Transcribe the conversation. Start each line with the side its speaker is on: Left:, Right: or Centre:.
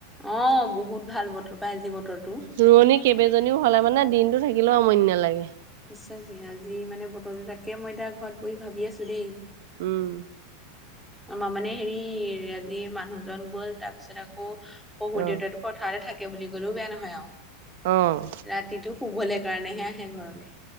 Centre: অ, বহুত ভাল বতৰ পাই আজি বতৰটো।
Right: ৰোৱনী কেইবজনীও হলে মানে দিনটো থাকিলেও আমন্য নালাগে।
Centre: সঁচাকে আজি মানে বতৰটো তাকে মই এতিয়া ঘৰত বহি ভাবি আছো দেই।
Right: উম।
Centre: আ, মানে হেৰি আজি মানুহজন গ'ল তাৰপিছত আকৌ শহুৰ
Right: অ
Centre: দেউতা পথাৰতে থাকে বুলি ক'লেও বেয়া নহয় আৰু
Right: অ'।
Centre: ৰাতিটো শুবলৈ কাৰণেহে আহে ঘৰলৈ।